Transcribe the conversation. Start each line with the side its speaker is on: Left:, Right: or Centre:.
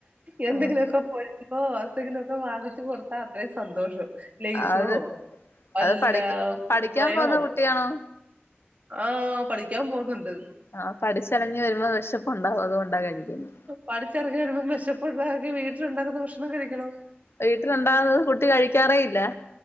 Right: എന്തെങ്കിലൊക്ക
Left: ആഹ്
Right: പൊരി ഓഹ് അത്തെങ്കിലൊക്കെ വാങ്ങിച്ച് കൊട്ത്താ അത്രീം സന്തോഷം ലൈസോ
Left: അത്
Right: വല്ല
Left: അത് പഠിക്ക
Right: കുർ
Left: പഠിക്കാൻ
Right: കുറെയോ.
Left: പോന്ന കുട്ടിയാണോ
Right: ആഹ് പളിക്കാൻ പോകുന്നുണ്ട്
Left: ആഹ് പഠിച്ചലഞ്ഞ് വെരുമ്പോ വെഷപ്പുണ്ടാവും അതുകൊണ്ടാ കഴിക്കുന്നെ
Right: പഠിച്ചിറങ്ങി വെരുമ്പോ വെശപ്പുണ്ടാവെങ്കി വീട്ടിലുണ്ടാക്കുന്ന ഭക്ഷണം കഴിക്കണം
Left: വീട്ടിലുണ്ടാവുന്നത് കുട്ടി കഴിക്കാറേ ഇല്ലാ